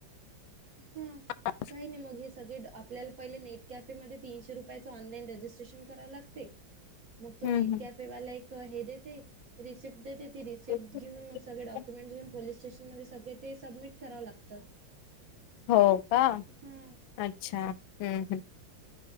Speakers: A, on the right; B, on the left.
A: हा
B: ह
A: काही नाही मग हे सगळे आपल्याला पहिले नेट कॅफेमध्येध्ये तीनशे रुपयाचं ऑनलाईन रजिस्ट्रेशन करावं लागते मग तो
B: हम्म
A: नेट कॅफेवाला एक हे देते रिसिप्ट देते ती रिसिप्ट
B: हम्म
A: घेऊन मग सगळे डॉक ें पोलीस स्टेशन म सगळे ते सबमि कव लागतात
B: हो का
A: हम्म
B: अच्छा हम् हम्